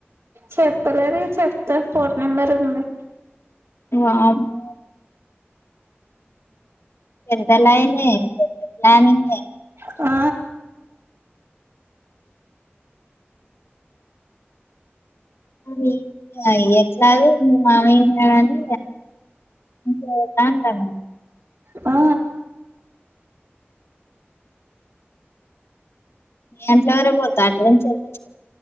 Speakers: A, on the right; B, on the left.
A: చెప్పలేదే చెప్తా ఫోన్ నెంబర్ ఉంది
B: వామ్మో అంతా నయమే ప్లానింగే
A: ఆ
B: ఆది లై ఎట్లాగో మీ మామయ్యన్నాడని ఇకా అంటా
A: ఆ
B: ఎంత వరకు పోతా అట్డ నుంచి చ